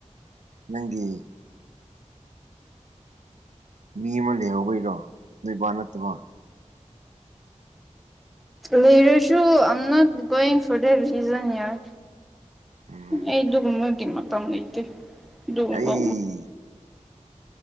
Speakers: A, on the right; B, in the centre.
A: ꯅꯪꯒꯤ ꯃꯤ ꯑꯃ ꯂꯩꯍꯧꯕꯩꯔꯣ ꯅꯣꯏꯕꯥ ꯅꯠꯇꯕ
B: ꯂꯩꯔꯦꯁꯨ I'm not going for that reason ꯌꯥꯔ
A: ꯎꯝ
B: ꯑꯩꯗꯨꯒꯨꯝꯕꯒꯤ ꯃꯇꯝ ꯂꯩꯇꯦ ꯑꯗꯨꯒ
A: ꯑꯩ